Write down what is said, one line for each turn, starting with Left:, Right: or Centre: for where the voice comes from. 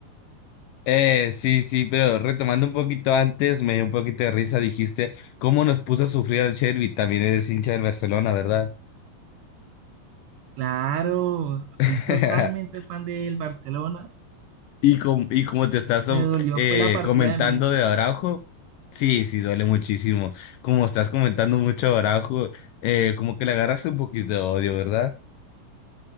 Left: Eh, sí, sí, pero retomando un poquito antes, me dio un poquito de risa, dijiste cómo nos puso a sufrir al Chervi, también eres hincha del Barcelona, ¿verdad?
Right: Claro, soy
Left: <laughs>
Right: totalmente fan del Barcelona.
Left: Y, com- y como te estás
Right: Me
Left: oh,
Right: dolió,
Left: eh,
Right: fue la partida
Left: comentando
Right: de Messi.
Left: de Araujo, sí, sí, duele muchísimo. Como estás comentando mucho de Araujo, eh, como que le agarraste un poquito de odio, ¿verdad?